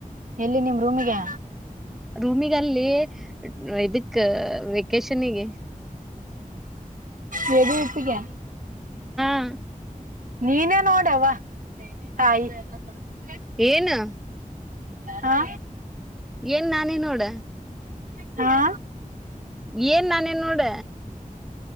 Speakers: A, on the right; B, in the centre.
A: ಎಲ್ಲಿ ನಿಮ್ ರೂಮಿಗೆ
B: ರೂಮಗ ಅಲ್ಲಿ ಇದಕ್ ವೆೇಕೇಶನಗೆ
A: ನದ ಇಪ್ಪಿಕ <inaudible>
B: ಹ
A: ನೀನೇ ನೋಡವಾ ತಾಯಿ ಯ
B: ಏನು
A: ಹಾ
B: ಏನ್ ನಾನೇ ನೋಡ
A: ಹಾ
B: ಏನ್ ನಾನೇ ನೋಡ